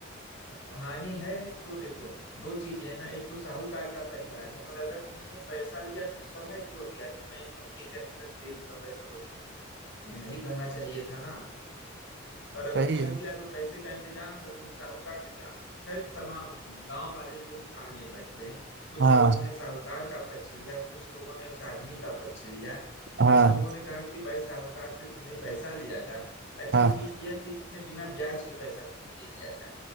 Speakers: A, on the left; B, on the right.
A: अब कहानी है तो देखो दो चीजें है ना एक तो साहूकार का परिवार है और अगर तुमने पैसा लिया तो समय क्यों दिया कि मैं इस महीने के अंत तक दे दूंगा पैसा लौटा दूंगा तुम्हें नहीं कहना चाहिए था ना और अगर
B: सही
A: कह
B: है
A: दिया तो पैसे का इंतजाम करो उस साहूकार से क्या खैर तमाम गांव वाले दो फाड़ में बट गए कुछ
B: हाँ
A: लोगों ने साहूकार का पक्ष लिया कुछ लोगों ने उस आदमी का पक्ष लिया
B: हाँ
A: कुछ लोगों ने कहा कि भाई साहूकार से तुमने पैसा लिया था अच्छी
B: हाँ
A: चीज यह थी कि उसने बिना ब्याज के पैसा तुम्हें दे दिया था